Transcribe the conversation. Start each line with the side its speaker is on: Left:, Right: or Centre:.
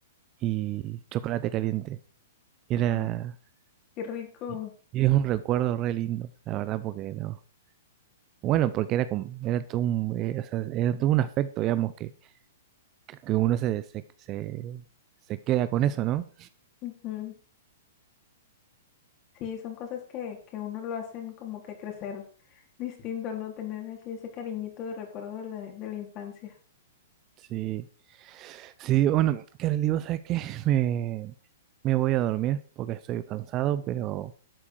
Right: y chocolate caliente. Era,
Left: Ah, qué rico.
Right: Y y es un recuerdo re lindo, la verdad, porque no. Bueno, porque era como, era todo un, eh, o sea, era todo un afecto, digamos, que, que- que uno se, se, se, se queda con eso, ¿no?
Left: Ujú. Sí, son cosas que, que uno lo hacen como que crecer distinto, ¿no? Tener así ese cariñito de recuerdo de la, de la infancia.
Right: Sí, sí, bueno, Kareli, vos sabés que me, me voy a dormir porque estoy cansado, pero